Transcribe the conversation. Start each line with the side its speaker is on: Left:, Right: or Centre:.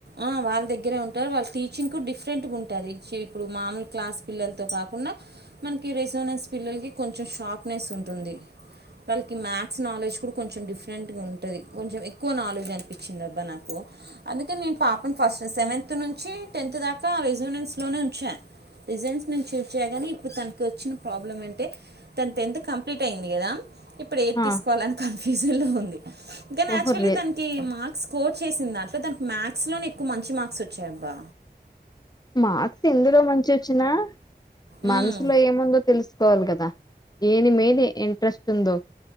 Right: ఆ వాళ్ళ దగ్గరే ఉంటారు. వాళ్ళ టీచింగ్కు కూడా డిఫరెంట్గా ఉంటది. ఇప్పుడు మామూలు క్లాస్ పిల్లలతో కాకుండా మనకి రెసోనెన్స్ పిల్లలకి కొంచెం షార్ప్నెస్ ఉంటుంది. వాళ్ళకి మ్యాథ్స్ నాలెడ్జ్ కూడా కొంచెం డిఫరెంట్గా ఉంటది. కొంచెం ఎక్కువ నాలెడ్జ్ అనిపించింది. అబ్బా నాకు అందుకని నేన్ పాపను ఫస్ట్ సెవెంత్ నుంచి టెన్త్ దాకా రెజూనెన్స్లోనే ఉంచా రెజూనెన్స్ నుంచి ఉంచ గనీ ఇప్పుడు తనకి వచ్చిన ప్రాబ్లం అంటే తను టెన్త్ కంప్లీట్ అయింది. కదా ఇప్పుడు ఏది
Left: ఆ
Right: తీసుకోవాలని క ఫిజుల్లో ఉంది. కనీ
Left: ఓహో
Right: యాక్చువల్లీ
Left: రే
Right: తనికి మార్క్స్ కో చేసిందాట్లో తనక్ మ్యాక్ మాథ్స్లో నే ఎక్కువ మంచి మార్క్స్ వచ్చాయబ్బా
Left: మార్క్స్ ఎందులో మంచి వచ్చినా
Right: మ్మ్.
Left: మనసులో ఏముందో తెలుసుకోవాలి కదా ఏని మిద ఇంట్రెస్ట్ ఉందో